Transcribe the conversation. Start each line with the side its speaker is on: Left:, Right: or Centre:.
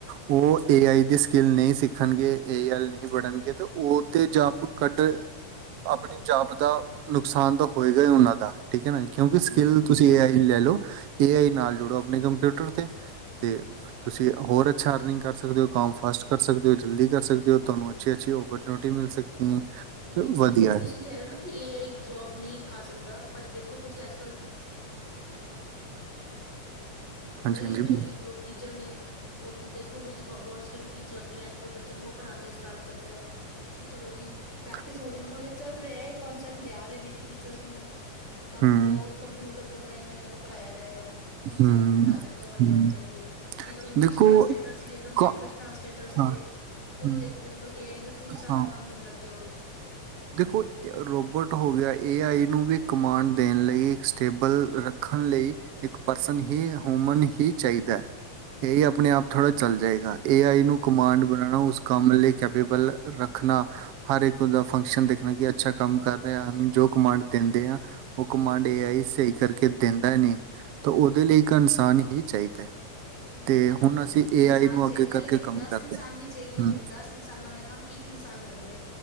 Right: ਉਹ ਏ ਆਈ ਦੀ ਸਕਿੱਲ ਨਹੀਂ ਸਿੱਖਣਗੇ ਏ ਐੱਲ ਨਹੀਂ ਬਣਨਗੇ ਤੇ ਉਹ ਤੇ ਜੋਬ ਕੱਢ ਆਪਣੀ ਜੋਬ ਦਾ ਨੁਕਸਾਨ ਤਾਂ ਹੋਏਗਾ ਹੀ ਉਹਨਾਂ ਦਾ ਠੀਕ ਹੈ ਨਾ ਕਿਉਂਕਿ ਸਕਿੱਲ
Left: ਹਮ ਹਮ
Right: ਤੁਸੀਂ ਇਹ ਹੀ ਲੈ ਲਓ ਏ ਆਈ ਨਾਲ ਜੁੜੋ ਆਪਣੇ ਕੰਪਿਊਟਰ ਤੇ ਤੇ ਤੁਸੀਂ ਹੋਰ ਅੱਛਾ ਅਰਨਿੰਗ ਕਰ ਸਕਦੇ ਹੋ ਕਮ ਫਾਸਟ ਕਰ ਸਕਦੇ ਹੋ ਜਲਦੀ ਕਰ ਸਕਦੇ ਹੋ ਤੁਹਾਨੂੰ ਅੱਛੀ ਅੱਛੀ ਓਪਰਚੁਨਿਟੀ ਮਿਲ ਸਕਦੀ ਹੈ ਤੇ
Left: ਨਹੀਂ ਠੀਕ
Right: ਵਧੀਆ
Left: ਹੈ ਤੁਸੀਂ ਕਹਿ ਰਹੇ ਹੋ ਨਾ ਕਿ ਏ ਆਈ ਜੋਬ ਨਹੀਂ ਖਾ ਸਕਦਾ ਬਟ ਦੇਖੋ ਤੁਸੀਂ ਅੱਜ ਕੱਲ
Right: ਹਾਂਜੀ
Left: ਕਈ
Right: ਹਾਂਜੀ
Left: ਮੈਂ ਕਿ ਜੋ ਟੀਚਰ ਨੇ ਉਦ ਦੇਖੋ ਤੁਸੀਂ ਰੋਬੋਟਸ ਜਿਹੜੀ ਟੀਚਰ ਲੱਗੇ ਅੱਜ ਕਲ ਬੱਚਿਆ ਨੂੰ ਉਹ ਪੜ੍ਹਾਉਣਾ ਸਟਾਰਟ ਕਰਤਾ ਹੈ ਕਿ ਚਲੋ ਜੀ
Right: ਹਮ
Left: ਪ੍ਰੈਕਟਿਸ ਹੋ ਰਹੀ ਮਤਲਬ ਹਜੇ ਚੱਲ ਰਿਹਾ ਹੈ ਕੌਣ ਸਬ ਲਿਆ ਰਹੇ ਨੇ ਕਿ ਟੀਚਰ ਨੂੰ ਤੁਹਾਨੂੰ
Right: ਹਮ
Left: ਜਿਹੜਾ ਉਹ ਕੰਪਿਊਟਰ ਤੋਂ ਤਰ੍ਹਾਂ ਦੀਆਂ ਬੱਚਿਆਂ ਨੂੰ ਪੜ੍ਹਾਇਆ ਜਾਏਗਾ। ਟੀਚਰ
Right: ਹਮ
Left: ਨੂੰ ਹਟ ਟਾ ਦੇਣਗੇ ਹੌਲੀ- ਹੌਲੀ ਕਰਕੇ ਜਾਂ ਜੋ ਇੰਗਲਿਸ਼
Right: ਦੇਖੋ
Left: ਟਰਾਂਸਲੇਟਰ ਸੀਗੇ ਜੋ ਲੈਂਗੁਏਜ
Right: ਕ
Left: ਟਰਾਂਸਲੇਟਰ ਸੀਗੇ
Right: ਹਾਂ
Left: ਉਹ
Right: ਹਮ,
Left: ਵੀ ਦੇਖੋ ਏ ਆਈ ਦੇ ਥਰੂ ਹੀ ਸਾਰਾ
Right: ਹਾਂ
Left: ਕੰਮ ਹੋਣ ਲੱਗਿਆ ਉਹ ਵੀ
Right: ਦੇਖੋ ਰੋਬੋਟ ਹੋ ਗਿਆ ਏ ਆਈ ਨੂੰ ਵੀ ਕਮਾਂਡ ਦੇਣ ਲਈ ਸਟੇਬਲ ਰੱਖਣ ਲਈ ਇੱਕ ਪਰਸਨ ਹੀ ਹੂਮਨ ਹੀ ਚਾਹੀਦਾ ਹੈ, ਇਹ ਆਪਣੇ ਆਪ ਥੋੜ੍ਹਾ ਚੱਲ ਜਾਏਗਾ ਏ ਆਈ ਨੂੰ ਕਮਾਂਡ ਬਣਾਣਾ ਉਸ ਕੰਮ ਲਈ ਕੈਪੇਬਲ ਰੱਖਣਾ ਹਰ ਇੱਕ ਉਹਦਾ ਫੰਕਸ਼ਨ ਦੇਖਣਾ ਕਿ ਅੱਛਾ ਕੰਮ ਕਰ ਰਿਹਾ ਜੋ ਕਮਾਂਡ ਦਿੰਦੇ ਆ ਉਹ ਕਮਾਂਡ ਏ ਆਈ ਸਹੀ ਕਰਕੇ ਦਿੰਦਾ ਨਹੀਂ ਤਾਂ ਉਹਦੇ ਲਈ ਇੱਕ ਇਨਸਾਨ ਹੀ ਚਾਹੀਦਾ।
Left: ਨਹੀਂ- ਨਹੀਂ
Right: ਤੇ
Left: ਠੀਕ ਹੈ ਤੁਹਾਡੀ
Right: ਹੁਣ ਅਸੀਂ
Left: ਗੱਲ
Right: ਏਆਈ
Left: ਇਨਸਾਨ
Right: ਨੂੰ
Left: ਚਾਹੀਦਾ
Right: ਅੱਗੇ ਕਰਕੇ
Left: ਲੇਕਿਨ
Right: ਕੰਮ
Left: ਦਸ
Right: ਕਰ
Left: ਇਨਸਾਨ
Right: ਰਹੇ
Left: ਨੀ ਚਾਹੀਦੇ ਹੋਣਗੇ,
Right: ਹਾਂ
Left: ਦਸ ਇਨਸਾਨਾਂ ਦਾ ਕੰਮ ਇੱਕ ਇਨਸਾਨ ਕਰ ਲੈ